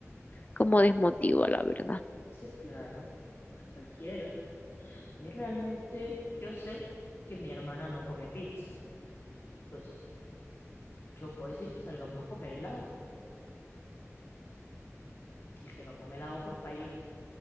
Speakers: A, on the left; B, on the left.
A: como desmotiva, la verdad.
B: Sí, claro, a cualquiera. A mí realmente, yo sé que mi hermana no come pizza, entonces yo puedo decir, salgamos a comer helado. El que no come helado, pues paila,